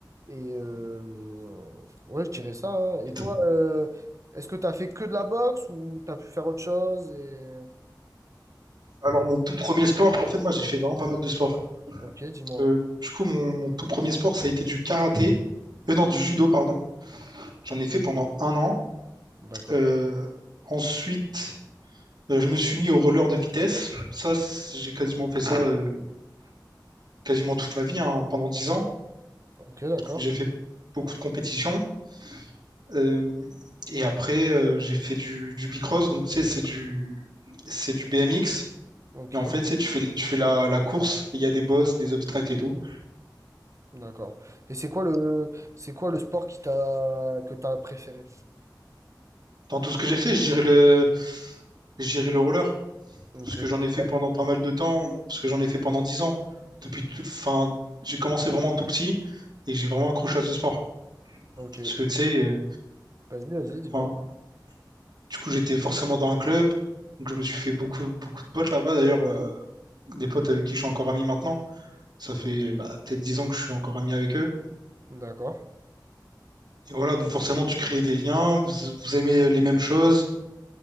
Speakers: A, on the right; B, on the right.
A: Et euh, ouais, je dirais ça. hein. Et
B: Et t-
A: toi, euh, est-ce que tu as fait que de la boxe ou tu as pu faire autre chose et...
B: Alors, mon tout premier sport, en fait, moi j'ai fait vraiment pas mal de sports.
A: Ok, dis-moi.
B: Euh, du coup, mon, mon tout premier sport, ça a été du karaté. Euh, non, du judo, pardon. J'en ai fait pendant un an.
A: D'accord.
B: Euh, ensuite. Euh, je me suis mis au roller de vitesse. Ça, c'est- j'ai quasiment fait ça euh, quasiment toute ma vie, hein, pendant 10 ans.
A: Ok, d'accord.
B: J'ai fait beaucoup de compétitions. Euh, et après, euh, j'ai fait du, du bicross. Donc, tu sais, c'est du, c'est du BMX.
A: Ok,
B: Et en fait, tu sais, tu fais, le- tu fais la, la course. et Il y a des bosses, des obstacles et tout.
A: d'accord. Et c'est quoi le c'est quoi le sport qui t'a que t'as préféré?
B: Dans tout ce que j'ai fait, je dirais le, je dirais le roller.
A: Ok.
B: Parce que j'en ai fait pendant pas mal de temps. Parce que j'en ai fait pendant 10 ans. Depuis tout- enfin, j'ai commencé vraiment tout petit. Et j'ai vraiment accroché à ce sport.
A: Ok.
B: Parce que, tu sais, euh,
A: Vas-y, vas-y, dis-moi.
B: enfin, Du coup, j'étais forcément dans un club. Donc,
A: Mm,
B: je me suis fait beaucoup, beaucoup de potes là-bas. D'ailleurs, euh, des potes avec qui je suis encore ami maintenant. Ça fait bah, peut-être 10 ans que je suis encore ami avec eux.
A: D'accord.
B: Et voilà, donc forcément, tu crées des liens, vous, vous aimez euh, les mêmes choses.